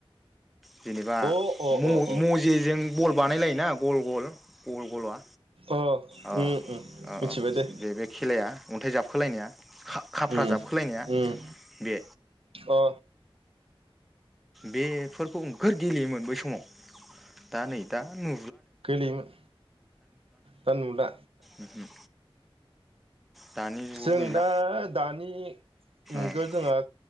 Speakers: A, in the centre; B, on the right (about 70°).
A: जेनेबा
B: अ अ
A: म-मजेजों
B: अ अ
A: बल बानायलायोना गल गल गल गला
B: अ
A: अ
B: उम उम
A: अ
B: मिथिबाय
A: अ
B: दे
A: बे बे खेलाया अन्थाइ जाबखोलायनाया खा-खाफ्रा
B: उम
A: जाबखोलायनाया
B: उम
A: बे
B: अ
A: बेफोरखौ नोगोर गेलेयोमोन बै समाव दा नै दा नु
B: गेलेयोमोन दा नुला
A: ओमहो दानि जुगाव
B: जों
A: गैला
B: दा दानि मुगायाव
A: ओ
B: जोंहा